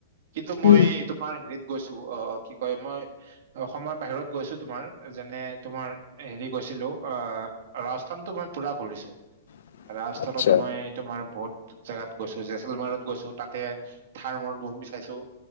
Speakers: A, on the right (about 65°); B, on the left (about 75°).
A: কিন্তু মই
B: উম
A: তোমাৰ হেৰিত গৈছোঁ অ, অ, কি কয়, মই অসমৰ বাহিৰত গৈছোঁ তোমাৰ যেনে তোমাৰ হেৰি গৈছিলোঁ আ ৰাজস্থান তোমাৰ পুৰা কৰিছোঁ।
B: <unintelligible>
A: ৰাজস্থানত
B: আচ্ছা
A: মই তোমাৰ বহুত জেগাত গৈছো। জেচলমাৰত গৈছোঁ তাতে, থাৰ মৰুভূমি চাইছোঁ।